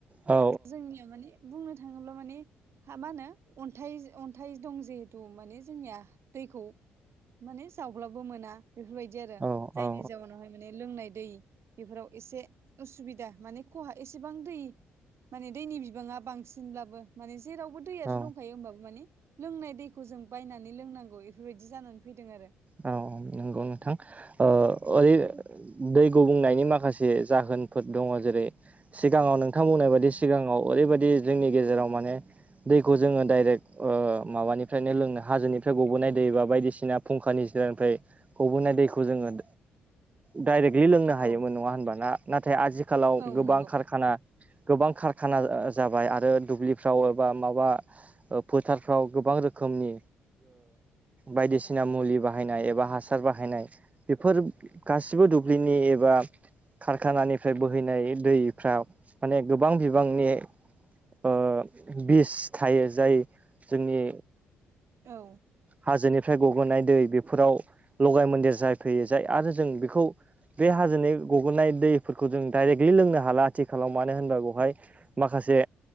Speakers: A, on the right; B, on the right.
A: औ
B: आरो जोंनिया माने बुंनो थाङोब्ला माने ह मा होनो अन्थाइ अन्थाइ दं जिहेथु माने जोंनिया दैखौ माने जावब्लाबो मोना बे आरो
A: औ
B: जायनि
A: औ
B: जाउनावहाय माने लोंनाय दै बेफोराव एसे उसुबिदा माने हा एसेबां दै माने दैनि बिबाङा बांसिनबो माने जेरावबो दैआथ'
A: औ
B: दंखायो होनोमबाबो माने लोंनाय दैखौ जों बायनानै लोंनांगौ बेफोरबायदि जानानै फैदों आरो।
A: औ नंगौ नोंथां ओरै दै गुबुंनायनि माखासे जाहोनफोर दङ जेरै सिगाङाव नोंथां बुंनाय बायदि सिगाङाव ओरैबायदि जोंनि गेजेराव माने दैखौ जोङो डाइरेक्ट माबानिफ्रायनो लोंनो हाजोनिफ्राय गबोनाय दै बा बायदिसिना फुंखानि जिरानिफ्राय हबोनाय दैखौ जोङो डाइरेक्टलि लोंनो हायोमोन
B: औ
A: नङा होनबाना नाथाय आजथिखालाव
B: औ
A: गोबां
B: नंगौ
A: कारखाना गोबां खारखाना जाबाय आरो दुब्लिफ्राव एबा माबा फोथारफ्राव गोबां रोखोमनि बायदिसिना ना मुलि बाहायनाय एबा हासार बाहायनाय बेफोर गासिबो दुब्लिनि एबा कारखानानिफ्राय बोहैनाय दैफाव माने गोबां बिबांनि ओ बिस थायो जाय जोंनि
B: औ
A: हाजोनिफ्राय फ्राय गगोनाय दै बेफोराव लगाय मन्दिर जाय फैयो जाय आरो जों बेखौ बे हाजोनि गबोननाय दैफोरखौ जों डाइरेक्टलि लोंनो हाला आथिखालाव मानो होनबा बेवहाय माखासे